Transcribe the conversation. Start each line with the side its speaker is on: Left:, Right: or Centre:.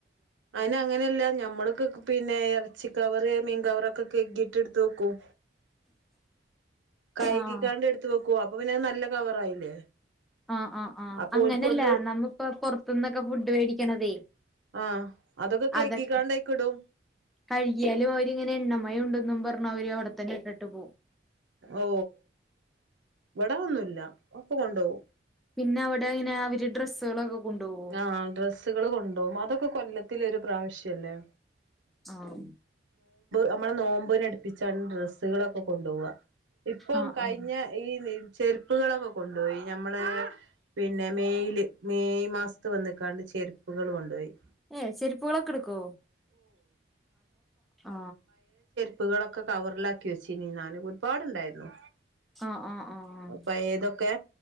Right: അയിന് അങ്ങനെയല്ല ഞമ്മളക്കെ പിന്നെ ഇറച്ച കവറ് മീൻകവറ്- കൊക്കെ കെട്ടിയെടുത്ത് വെക്കും കൈകികാണ്ട്
Centre: ആഹ്
Right: എടുത്ത് വെക്ക് ഓ അപ്പൊ പിന്നെത് നല്ല കവറായില്ലേ
Centre: ആ ആഹ് ആഹ്
Right: അപ്പൊ
Centre: അങ്ങനല്ല
Right: ഓൽക്കൊന്ന്
Centre: നമ്മിപ്പോ പുറത്തുന്നൊക്കെ ഫുഡ് മേടിക്കണതെ
Right: ആഹ് കെയ്കിക്കാണ്ടയ്ക്കിടും
Centre: അതൊക്കെ കഴുകിയാലും അവരിങ്ങനെ എണ്ണമായി ഉണ്ടെന്നും പറഞ്ഞവര് അവിടെ തന്നിട്ട് പോം
Right: ഓ ഇവടന്നുമില്ല ഒക്കെ കൊണ്ടോവും
Centre: പിന്നെ അവിടെങ്ങന അവര് ഡ്രസ്സുകളൊക്കെ കൊണ്ടുപോവോ
Right: ആ ഡ്രെസ്സുകള് കൊണ്ടോം അതൊക്കെ കൊല്ലത്തിലൊരു- പ്രാവശ്യല്ലെ
Centre: ആഹ്
Right: നമ്മള് നോമ്പിനടുപ്പിച്ചാണ് ഡ്രസ്സുകളൊക്കെ- കൊണ്ടോവാ ഇപ്പം
Centre: ആഹ്
Right: കഴിഞ്ഞ
Centre: ആഹ്
Right: ഈ ചെരുപ്പുകളൊക്കെ കൊണ്ടുപോയി നമ്മള് പിന്നെ മെയ്- ല് മെയ് മാസ- വന്നക്കാണ്ട് ചെരുപ്പുകള് കൊണ്ടോയി
Centre: ഏ ചെരിപ്പകളൊക്കെടുക്കൊ ആ
Right: പ്പുകളൊക്കെ കവറിലാക്കി വെച്ചിനി ഒരുപാടുണ്ടാരുന്നു
Centre: ആഹ് ആഹ് ആഹ്
Right: പയേതൊക്കെ